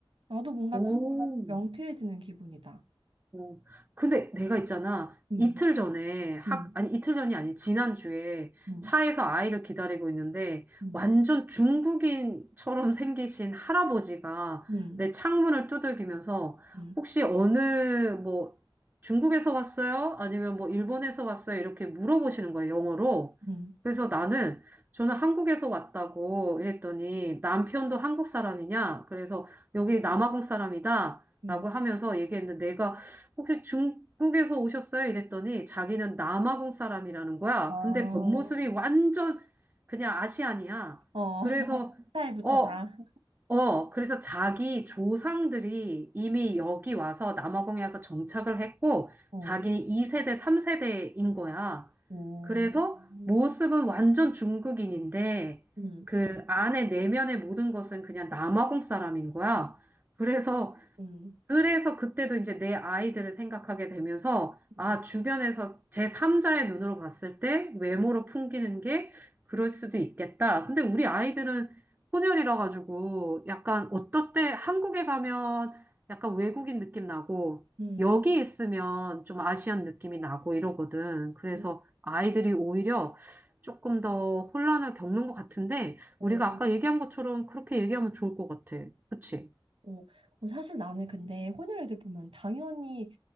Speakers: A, on the right (about 80°); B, on the right (about 20°).
A: 나도 뭔가
B: 오.
A: 조금 명쾌해지는 기분이다.
B: 어, 근데 내가 있잖아.
A: 음,
B: 이틀 전에 학,
A: 음,
B: 아니, 이틀 전이 아니 지난주에
A: 음,
B: 차에서 아이를 기다리고 있는데
A: 음,
B: 완전 중국인처럼 생기신 할아버지가
A: 음,
B: 내 창문을 두들기면서
A: 음,
B: 혹시 어느 뭐 중국에서 왔어요? 아니면 뭐 일본에서 왔어요? 이렇게 물어보시는 거예요, 영어로.
A: 음,
B: 그래서 나는 저는 한국에서 왔다고 이랬더니 남편도 한국 사람이냐? 그래서 여기 남아공 사람이다.
A: 음.
B: 라고 하면서 얘기했는데 혹시 중국에서 오셨어요? 이랬더니 자기는 남아공 사람이라는 거야.
A: 아,
B: 근데 겉모습이 완전 그냥 아시안이야.
A: 어,
B: 그래서,
A: <laughs> 스타일부터
B: 어,
A: 다.
B: 어, 그래서 자기 조상들이 이미 여기 와서 남아공에 와서 정착을 했고,
A: 어.
B: 자기 2세대, 3세대인 거야.
A: 오,
B: 그래서
A: 음,
B: 모습은 완전 중국인인데,
A: 음,
B: 그 안에 내면의 모든 것은 그냥 남아공 사람인 거야. 그래서
A: 음,
B: 그래서 그때도 이제 내 아이들을 생각하게 되면서,
A: 음,
B: 아, 주변에서 제3자의 눈으로 봤을 때 외모로 풍기는 게 그럴 수도 있겠다. 근데 우리 아이들은 혼혈이라 가지고 약간 어떨 때 한국에 가면 약간 외국인 느낌 나고,
A: 음,
B: 여기 있으면 좀 아시안 느낌이 나고 이러거든. 그래서
A: 음.
B: 아이들이 오히려 조금 더 혼란을 겪는 것 같은데,
A: 오,
B: 우리가 아까 얘기한 것처럼 그렇게 얘기하면 좋을 것 같아. 그치?
A: 오. 어, 사실 나는 근데 혼혈 애들 보면 당연히